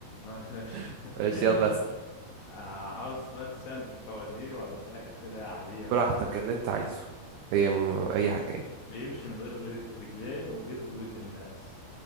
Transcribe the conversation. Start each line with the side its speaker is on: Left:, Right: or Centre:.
Left: آه، ماشي
Right: <laughs> ماشي
Left: <laughs>
Right: يلا اسأل
Left: آه، عاوز بقى تسأل فوازير ولا أسألك أسئلة عادية
Right: براحتك
Left: ولا إيه؟
Right: اللي انت عايزه هي م... اي حاجة يعني
Left: بيمشي من غير رجلين وبيدخل ودن الناس